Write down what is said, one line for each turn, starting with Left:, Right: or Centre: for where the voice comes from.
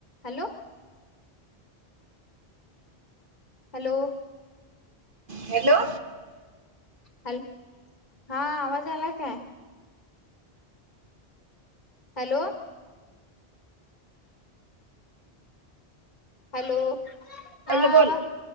Left: हॅलो, हॅलो,
Right: हॅलो,
Left: हॅलो, हा आवाज आला काय. हॅलो, हॅलो,
Right: हॅलो
Left: हा
Right: बोल
Left: आवाज